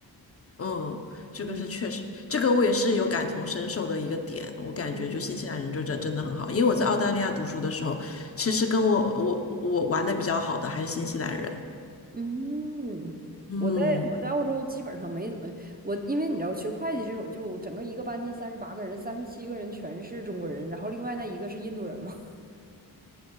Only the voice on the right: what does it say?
嗯。
嗯，
嗯，
我在我在澳洲基本上没怎么我，因为你知道学会计这种，就整个一个班级三十八个人，三十七个人全是中国人，然后另外那一个是印度人嘛。<laughs>